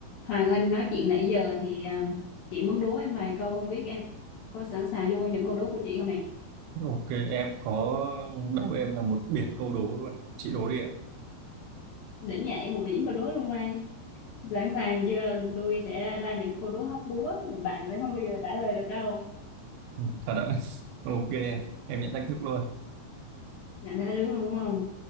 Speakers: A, on the left; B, on the right.
A: Hoàng Anh nói chuyện nãy giờ thì à, chị muốn đố em vài câu không biết em có sẵn sàng vô những câu đố của chị không nè.
B: Ok em có đố em là một biển câu đố luôn chị đố đi ạ
A: Đỉnh nhà một viễn câu đố luôn mày. Sẵn sàng chưa? Tôi sẽ ra những câu đố hóc búa mà bạn sẽ không bao giờ trả lời được đâu.
B: ừ, thật ạ <laughs> ok em nhận thách thức luôn
A: Nhận ra được luôn đúng không?